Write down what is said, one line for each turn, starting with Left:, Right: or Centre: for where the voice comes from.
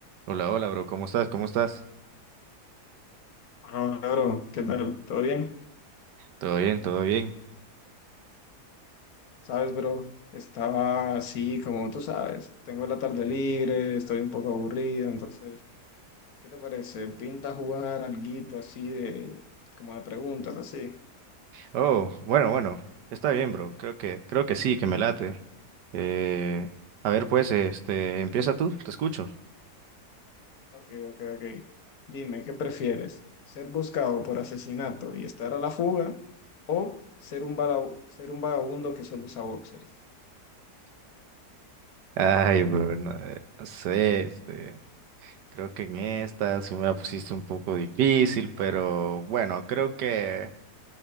Right: Hola, hola, bro. ¿Cómo estás? ¿Cómo estás?
Left: Ah, claro, ¿qué tal? ¿Todo bien?
Right: Todo bien, todo bien.
Left: Sabes, bro, estaba así, como tú sabes, tengo la tarde libre, estoy un poco aburrido, entonces, ¿qué te parece? ¿Pinta jugar alguito así de, como de preguntas, así?
Right: Oh, bueno, bueno. Está bien, bro. Creo que, creo que sí, que me late. Eh, a ver, pues, este, empieza tú. Te escucho.
Left: Ok, ok, ok. Dime, ¿qué prefieres? ¿Ser buscado por asesinato y estar a la fuga o ser un, vaga- ser un vagabundo que solo usa boxers?
Right: Ay, bro, no, eh, no sé, este, creo que en esta sí me la pusiste un poco difícil, pero bueno, creo que